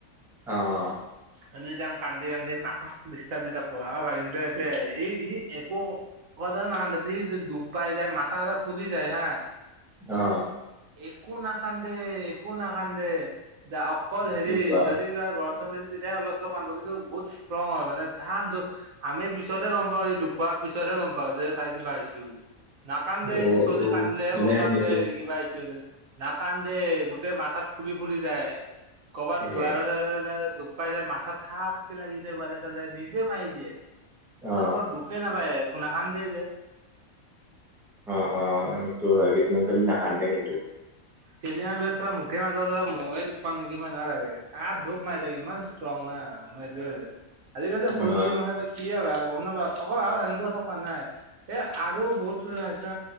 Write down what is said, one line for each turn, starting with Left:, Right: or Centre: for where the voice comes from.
Centre: অ',
Right: আমি যাম কান্দি কান্দি মাকক দিষ্টাব দি থাকব আৰু ভাগিনটা এতে আহি ই সি একো <unintelligible> দুখ পাই যাই মাথা চাথা ফুলি যায় হা
Centre: অ
Right: একো নাকান্দে একো নাকান্দে দে অকল হেৰি
Centre: কি কোৱা
Right: যদি কিবা গৰম চৰম বেছি তেতিয়া অলপ চলপ কান্দব কিন্তু বহুত ষ্ট্ৰং হয় মানে থাম আমি পিছতহে গম পাওঁ সি দুখ পোৱাৰ পিছত গম পাওঁ যে তাৰ কিবা হৈছে বুলি নাকান্দে
Centre: অ
Right: চলি কান্দিলেহে
Centre: এলেহেন
Right: গম পাম
Centre: নেকি
Right: যে কিবা নাকান্দে গোটেই মাথাত ফুলি ফুলি যায়। ক'বাত
Centre: এ
Right: যোৱাৰ <unintelligible> দুখ পাই যায় মাথাত থাপ কে লাগি যায় উৱালে চুৱালে নিজে মাৰি দিয়ে। <unintelligible>
Centre: অ
Right: দুখে নাপায় নাকান্দে যে
Centre: অ, অ, সেইটো হয় কিছুমান চলি নাকান্দে কিন্তু।
Right: কেইদিন মানৰ পিছত চালা মুকে মাৰিব ময়ে দুখ পাম নেকি মোৰ সেনেহেন লাগে, ধাপ ধূপ মাৰি দিয়ে ইমান ষ্ট্ৰং। নাই মই সেইটোয়ে যে আজিকালি সৰু
Centre: অ
Right: ছোলী মাসান কিয়ে বা গম নাপাওঁ অকল আৰু <unintelligible> কথা কোৱা নাই এ আৰু বহুত চলি আছে